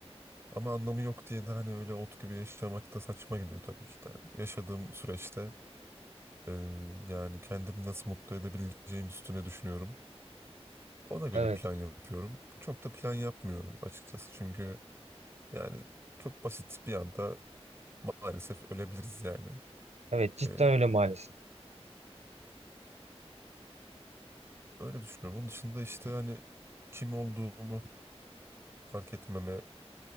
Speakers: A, on the right; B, on the right.
A: Ama anlamı yok diye de hani öyle ot gibi yaşamak da saçma geliyor tabii ki de. Yani yaşadığım süreçte e, yani kendimi nasıl mutlu edebileceğim üstüne düşünüyorum. Ona göre
B: Evet.
A: plan yapıyorum. Çok da plan yapmıyorum açıkçası. Çünkü yani çok basit bir anda maalesef ölebiliriz yani.
B: Evet cidden
A: E,
B: öyle maalesef.
A: öyle düşünüyorum. Onun dışında işte
B: Hı hı.
A: hani kim olduğumu fark etmeme